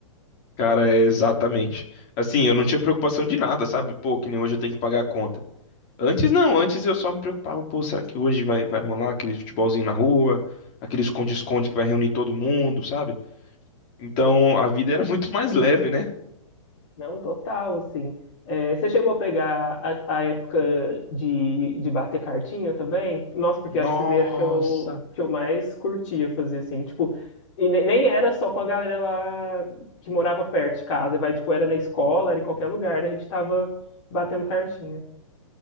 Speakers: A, on the left (about 35°); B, on the left (about 55°).
A: Cara, é exatamente. Assim, eu não tinha preocupação de nada, sabe? Pô, que nem hoje eu tenho que pagar a conta. Antes não, antes eu só me preocupava, pô, será que hoje vai, vai rolar aquele futebolzinho na rua, aquele esconde-esconde que vai reunir todo mundo, sabe? Então a vida era <laughs> muito mais leve, né?
B: Não, total, assim. É, você chegou a pegar a, a época de, de bater cartinha também? Nossa, porque
A: Nossa!
B: acho que era que eu, que eu mais curtia fazer, assim, tipo, e ne- nem era só com a galera lá que morava perto de casa, vai, tipo, era na escola, era em qualquer lugar, a gente tava batendo cartinha.